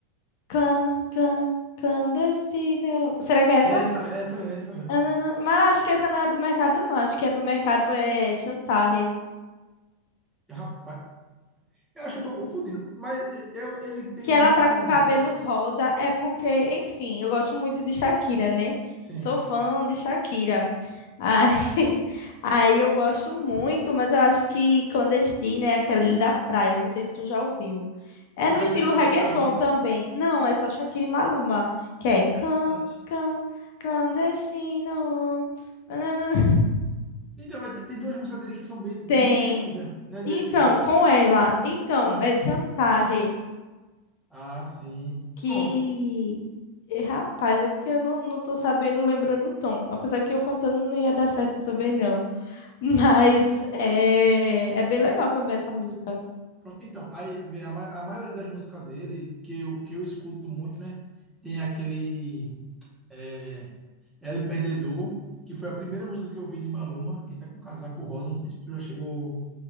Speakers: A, on the left; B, in the centre.
A: Clan, clan, clandestino. Será que é essa?
B: É essa, é essa mesmo, é essa mesmo.
A: Ah, não, não. Mas acho que essa não é do mercado, não. Acho que é do mercado é Chantarre.
B: Rapaz, eu acho que eu tô confundindo. Mas eu, ele tem
A: Que ela
B: uma
A: tá
B: com.
A: com o cabelo rosa. É porque, enfim, eu gosto muito de Shakira, né?
B: Sim.
A: Eu sou fã de Shakira. Aí, <laughs> aí eu gosto muito, mas eu acho que clandestina é aquele da praia. Eu não sei se tu já ouviu. É
B: Que
A: no
B: é com
A: estilo
B: aquele outro
A: reggaeton
B: cara, né?
A: também. Não, é só Shakira e Maluma, que é can,
B: Mas.
A: can, clandestino. <laughs> Nananã.
B: Então, mas tem duas músicas dele que são bem, bem
A: Tem.
B: divertidas, né? Deles
A: Então,
B: dois.
A: com ela. Então,
B: Aham.
A: é Chantarre,
B: Ah, sim.
A: que.
B: Pronto.
A: Eh, Rapaz, é porque eu não, não tô sabendo, lembrando o tom. Apesar que eu contando não ia dar certo também, não. Mas é, é bem legal também essa música.
B: Pronto. Então, aí vê, a, ma- a maioria das músicas dele, que eu, que eu escuto muito, né? Tem aquele é, El Perdedor, que foi a primeira música que eu vi de Maluma, que tá com casaco rosa. Não sei se tu já chegou